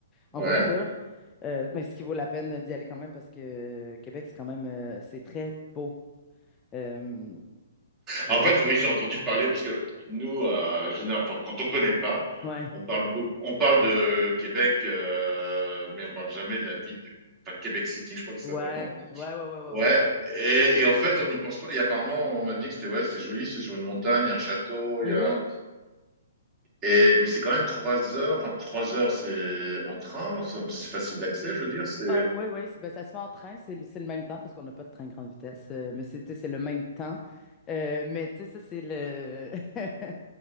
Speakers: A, on the right; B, on the left.
A: Ouais.
B: en voiture. Euh, mais ce qui vaut la peine d'y aller quand même parce que Québec, c'est quand même euh, c'est très beau. Euh, ouais.
A: En fait, oui, j'ai entendu parler parce que nous, euh, général- enfin, quand on connaît pas,
B: Ouais.
A: on parle, beau- on parle de Québec, euh, mais on parle jamais de la ville de enfin, Québec City, je crois que ça
B: Ouais.
A: s'appelle, non?
B: Ouais, ouais, ouais, ouais,
A: Ouais,
B: ouais.
A: et, et en fait, on n'y pense pas. Et apparemment, on m'a dit que c'était ouais, c'est joli, c'est sur une montagne, il y a un château,
B: Mhm.
A: il y a. Et mais c'est quand même trois heures. Enfin, trois heures, c'est en train, ça- c'est facile d'accès, je veux dire. C'est.
B: Ah ouais, ouais, c'est- ben, ça se fait en train, c'est le c'est le même temps parce qu'on n'a pas de train grande vitesse, euh, mais c'est tu sais, c'est le même temps. Euh, mais tu sais, ça, c'est le <laughs>